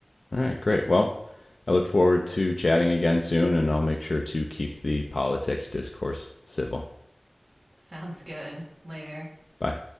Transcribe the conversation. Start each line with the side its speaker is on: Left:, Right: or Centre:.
Left: All right, great. Well, I look forward to chatting again soon, and I'll make sure to keep the politics discourse civil.
Right: <laughs> Sounds good. Later.
Left: Bye.